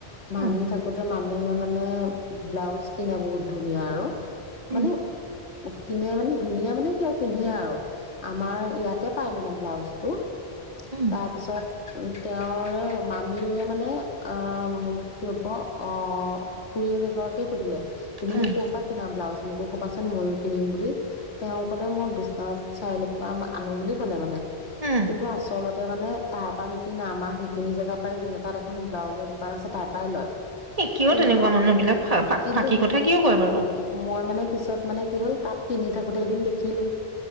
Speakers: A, on the left; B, on the right.
A: মামী
B: উম
A: থাকোঁতে মাম মীয়ে মানে, ব্লাউজ কিনে বহুত ধুনীয়া আৰু।
B: উম
A: মানে কিনে মানে, ধুনীয়া মানে কি আৰু পিন্ধে আৰু, আমাৰ ইয়াতে পাই মানে ব্লাউজটো।
B: উম
A: তাৰপিছত তেওঁৰে মামীৰে মানে অ', কি হ'ব, অ', খুৰীয়েক এগৰাকীয়ে সুধিলে। তুমিনো
B: উম
A: ক'ৰ পৰা কিনা ব্লাউজ মোকো ক'বা চোন, ময়ো কিনিম বুলি। তেওঁ ক'লে, মই বিশ্বনাথ চাৰিআলিৰ পৰা আনো বুলি ক'লে মানে।
B: উম
A: কিন্তু আচলত তে মানে তাৰ পৰা নিকিনে, আমাৰ সেইখিনি জেগাৰ পৰাই কিনে তাত এখন ব্লাউজৰ দোকান আছে তাৰ পাই লয়।
B: এ কিয়
A: কিন্তু
B: তেনেকুৱা
A: মানে
B: মানুহ বিলাক, ফাক-ফাক
A: কিন্তু
B: ফাঁকি কথা কিয় কয় বাৰু?
A: মই মানে পিছত মানে কি হ'ল, তাত কিনি থাকোঁতে এদিন দেখিলোঁ।